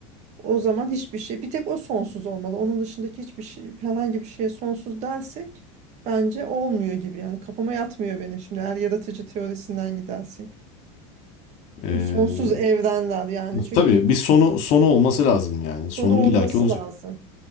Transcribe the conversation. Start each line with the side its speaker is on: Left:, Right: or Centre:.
Right: O zaman hiçbir şey, bir tek o sonsuz olmalı. Onun dışındaki hiçbir şey, herhangi bir şeye sonsuz dersek bence olmuyor gibi. Yani kafama yatmıyor benim şimdi eğer yaratıcı teorisinden gidersek.
Left: Ee,
Right: Değil mi? Sonsuz evrenler yani çünkü
Left: tabii bir sonu sonu olması lazım yani. Sonu
Right: sonu olması
Left: illaki olacak.
Right: lazım.